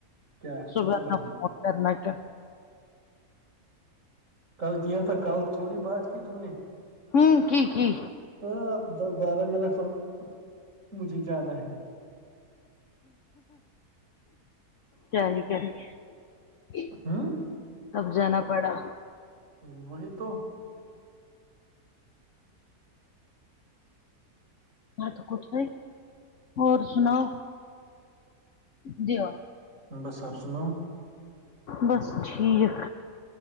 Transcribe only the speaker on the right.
کیا
کون سا بہانا
کل کیا تھا کل تھوڑی بات کی تم نے
ہاں آپ دس بارہ منٹ اور مجھے جانا ہے
ہاں
وہولی تو
بس آپ سنؤ